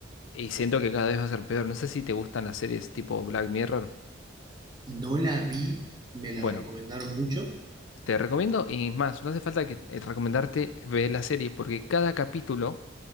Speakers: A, on the left; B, on the right.
A: y siento que cada vez va a ser peor. No sé si te gustan las series tipo Black Mirror.
B: no la vi, me la
A: Bueno,
B: recomendaron mucho,
A: te recomiendo y más, no hace falta que eh, recomendarte ver la serie porque cada capítulo